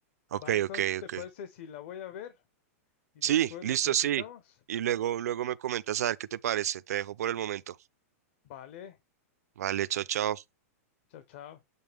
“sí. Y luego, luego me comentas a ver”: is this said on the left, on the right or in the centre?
Right